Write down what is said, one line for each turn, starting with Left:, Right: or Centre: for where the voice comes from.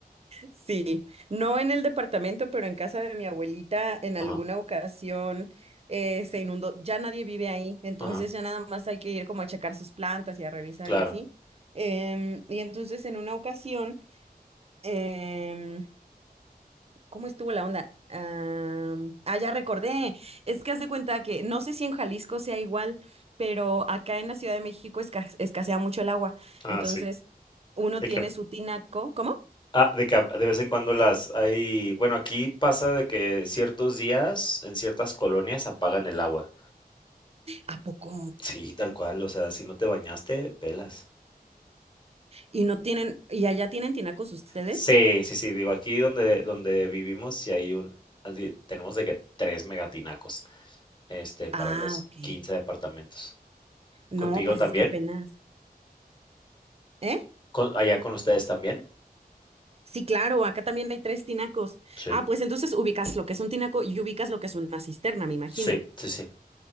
Right: Sí, no en el departamento, pero en casa de mi abuelita en alguna
Left: Ajá,
Right: ocasión eh, se inundó. Ya nadie vive ahí, entonces
Left: ajá,
Right: ya nada más hay que ir como a checar sus plantas y a revisar
Left: claro.
Right: y así. Em, y entonces en una ocasión, em, ¿Cómo estuvo la onda? Am, ah, ya recordé. Es que haz de cuenta que no sé si en Jalisco sea igual, pero acá en la Ciudad de México esca- escasea mucho el agua.
Left: Ah,
Right: Entonces,
Left: sí.
Right: uno
Left: De
Right: tiene
Left: que
Right: su tinaco. ¿Cómo?
Left: Ah, de que a- de vez en cuando las hay, bueno, aquí pasa de que ciertos días en ciertas colonias apagan el agua.
Right: ¿A poco?
Left: Sí, tal cual, o sea, si no te bañaste, pelas.
Right: Y no tienen, ¿y allá tienen tinacos ustedes?
Left: Sí, sí, sí, digo, aquí donde, donde vivimos, si hay un, así, tenemos de que tres megatinacos, este, para
Right: Ah,
Left: los
Right: ok.
Left: quince departamentos.
Right: No,
Left: ¿Contigo
Right: pues
Left: también?
Right: es que apenas. ¿Eh?
Left: ¿Con- allá con ustedes también?
Right: Sí, claro, acá también hay tres tinacos.
Left: Sí,
Right: Ah, pues entonces ubicas lo que es un tinaco y ubicas lo que es una cisterna, me imagino.
Left: sí, sí, sí.